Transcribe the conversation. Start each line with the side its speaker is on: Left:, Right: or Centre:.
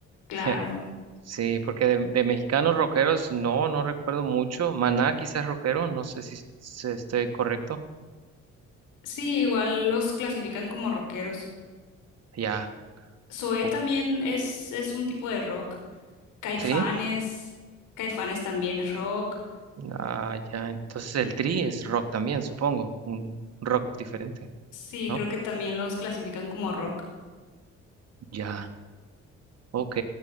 Left: claro.
Right: <laughs> Sí, porque de, de mexicanos rockeros no, no recuerdo mucho. Maná quizás rockero, no sé si, si estoy correcto.
Left: Sí, igual los clasifican como rockeros.
Right: Ya,
Left: Zoé
Right: o-
Left: también es, es un tipo de rock. Caifanes,
Right: ¿sí?
Left: Caifanes también es rock.
Right: Ah, ya, entonces el Tri es rock también, supongo, un rock diferente,
Left: Sí,
Right: ¿no?
Left: creo que también los clasifican como rock.
Right: Ya, ok,